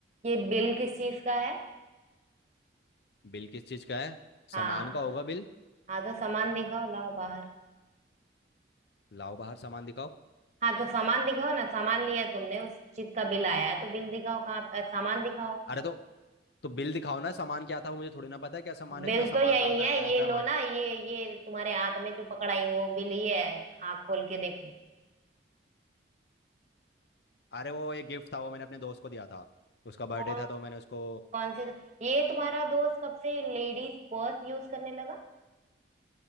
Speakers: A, on the right; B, on the left.
A: ये बिल किस चीज का है
B: बिल किस चीज का है
A: हाँ
B: सामान का होगा बिल
A: हाँ तो सामान दिखाओ लाओ बाहर
B: लाओ बाहर सामान दिखाओ
A: हाँ तो सामान दिखाओ ना सामान लिया तुमने उस चीज का बिल आया है तो बिल दिखाओ कहाँ अ, सामान दिखाओ
B: अरे तो तो बिल दिखाओ ना सामान क्या था वो मुझे थोड़ी ना पता है क्या सामान
A: बिल
B: है इतना
A: तो
B: सामान
A: यही
B: आता
A: है
B: रहता
A: ये
B: है
A: लो
B: हमारे
A: ना ये ये तुम्हारे हाथ में जो पकड़ाई हूँ वो बिल ये है आँख खोल के देखो
B: अरे वो एक गिफ्ट था वो मैंने अपने दोस्त को दिया था उसका
A: कौन
B: बर्थडे था तो मैंने उसको
A: कौन से ये तुम्हारा दोस्त कब से लेडीज पर्स यूज करने लगा